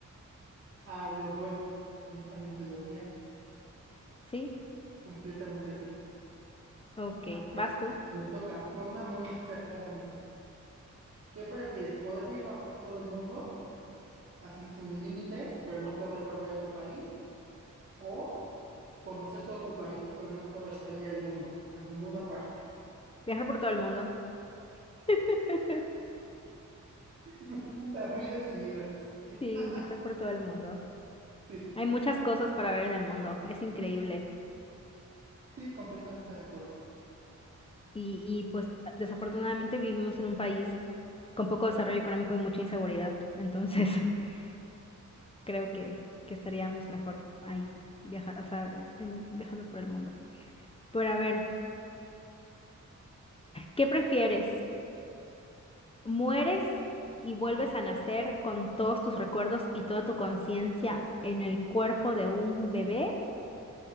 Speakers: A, on the right; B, on the left.
A: Ay, los vuelos, honestamente, los viajes,
B: ¿Sí?
A: completamente sí.
B: Ok,
A: A ver,
B: vas tú.
A: me toca, va una muy cercana a eso. ¿Qué prefieres? ¿Poder viajar por todo el mundo, así sin límites, pero no poder volver a tu país? ¿O conocer todo tu país, pero no poder salir al mundo, a ninguna parte?
B: Viajar por todo el mundo. <laughs>
A: <laughs> Está muy decidida. <laughs>
B: Sí, viajar por todo el mundo.
A: Sí, sí,
B: Hay muchas cosas para ver en el mundo, es increíble.
A: sí, completamente de acuerdo.
B: Y, y pues desafortunadamente vivimos en un país con poco desarrollo económico y mucha inseguridad, entonces <laughs> creo que, que estaríamos mejor ahí, viaja- o sea, en- viajando por el mundo. Pero a ver, ¿qué prefieres? Mueres y vuelves a nacer con todos tus recuerdos y toda tu conciencia en el cuerpo de un bebé.